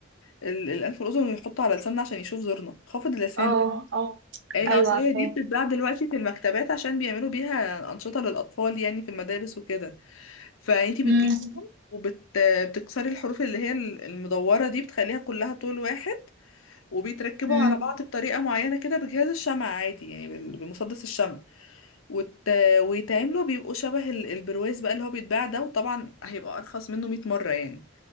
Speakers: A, on the left; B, on the right.
A: ال... الانف والاذن ويحطه على لساننا عشان يشوف زورنا خافض اللسان
B: اه
A: ده
B: اه
A: آه العصايه
B: ايوه عارفاه
A: دي بتتباع دلوقتي في المكتبات عشان بيعملوا بيها انشطه للاطفال يعني في المدارس وكده فانتي بتجيبي
B: امم
A: وبتكسري الحروف اللي هي المدوره دي بتخليها كلها طول واحد وبيتركبوا
B: امم
A: على بعض بطريقة معينة كده بجهاز الشمع عادي يعني بال- بمسدس الشمع وت... ويتعملوا بيبقوا شبه ال- البرواز بقى اللي هو بيتباع ده وطبعا هيبقى أرخص منه 100 مرة يعني